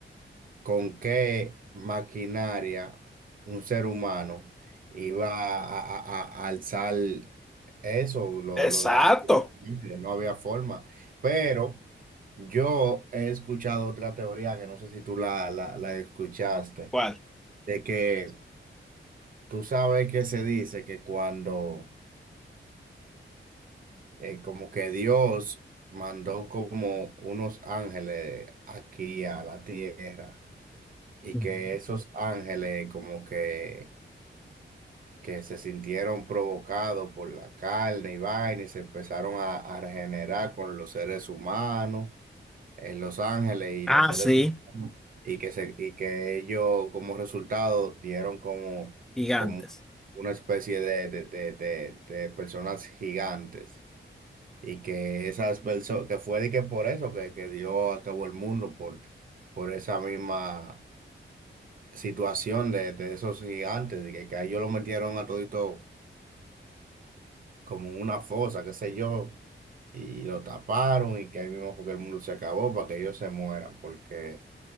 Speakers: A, on the right; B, in the centre.
A: con qué maquinaria un ser humano iba a, a- a- a alzar eso, lo,
B: Exacto.
A: lo de hacer la pirámide, no había forma. Pero yo he escuchado otra teoría que no sé si tú la, la, la escuchaste,
B: ¿Cuál?
A: de que tú sabes que se dice que cuando eh, como que Dios mandó como unos ángeles aquí a la tierra y
B: Ujú.
A: que esos ángeles como que que se sintieron provocados por la carne y vaina y se empezaron a, a regenerar con los seres humanos en Los Ángeles y
B: Ah,
A: los seres
B: sí,
A: humanos y que, se, y que ellos como resultado dieron como,
B: gigantes.
A: como una especie de, de, de, de- de personas gigantes y que esas personas, que fue de que por eso que, que dio a cabo el mundo, por, por esa misma situación de, de esos gigantes, de que, que a ellos lo metieron a todito como en una fosa, qué sé yo, y lo taparon y que ahí mismo fue que el mundo se acabó para que ellos se mueran, porque